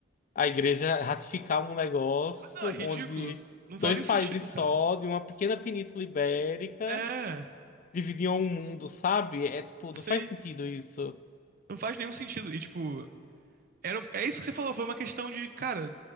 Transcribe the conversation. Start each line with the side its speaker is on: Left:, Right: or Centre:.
Left: a igreja ratificar um negócio
Right: Não, é ridículo.
Left: onde
Right: Não
Left: dois
Right: faz nenhum
Left: países
Right: sentido, cara.
Left: só, de uma pequena península ibérica,
Right: É,
Left: dividiam o mundo, sabe? É tipo, não
Right: sei.
Left: faz sentido isso.
Right: Não faz nenhum sentido. E tipo, Era, um, é isso que você falou, foi uma questão de, cara,